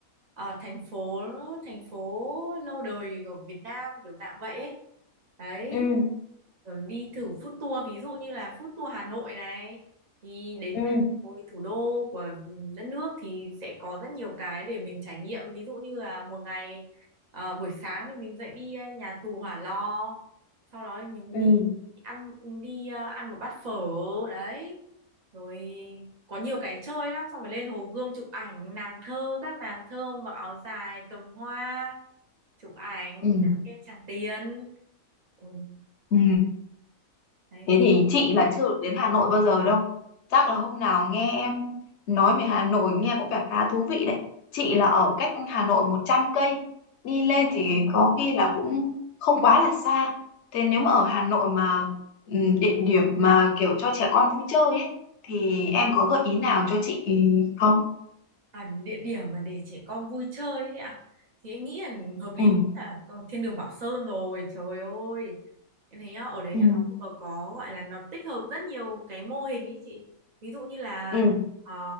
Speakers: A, on the right (about 30°); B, on the left (about 55°).
A: ờ, thành phố thành phố lâu đời của Việt Nam kiểu dạng vậy ấy đấy
B: ừ
A: Rồi đi thử food tour ví dụ như là food tour Hà Nội này thì đến
B: ừ
A: với thủ đô của ừm, đất nước thì sẽ có rất nhiều cái để mình trải nghiệm ví dụ như là một ngày ờ, buổi sáng thì mình dậy đi ờ, nhà tù Hỏa Lò sau đó thì mình
B: ừ
A: đi ăn đi ờ, ăn một bát phở đấy rồi có nhiều cái chơi lắm xong rồi lên Hồ Gươm chụp ảnh nàng thơ các nàng thơ mặc áo dài cầm hoa chụp ảnh
B: Ừ.
A: ăn kem Tràng Tiền Ui,
B: Ừ,
A: đấy
B: thế
A: thì
B: thì chị là chưa được đến Hà Nội bao giờ đâu. Chắc là hôm nào nghe em nói về Hà Nội nghe cũng vẻ khá thú vị đấy. Chị là ở cách Hà Nội 100 cây. Đi lên thì có khi là cũng không quá là xa. Thế nếu mà ở Hà Nội mà ừ, địa điểm mà kiểu cho trẻ con vui chơi ấy thì em có gợi ý nào cho chị không?
A: À, địa điểm mà để trẻ con vui chơi ấy ạ thì em nghĩ là hợp lý
B: Ừ,
A: nhất là có thiên đường Bảo Sơn rồi trời ơi em thấy nhá ở đấy
B: ừ,
A: nhá nó vừa có gọi là nó tích hợp rất nhiều cái mô hình ấy chị ví dụ như là
B: ừ,
A: ờ,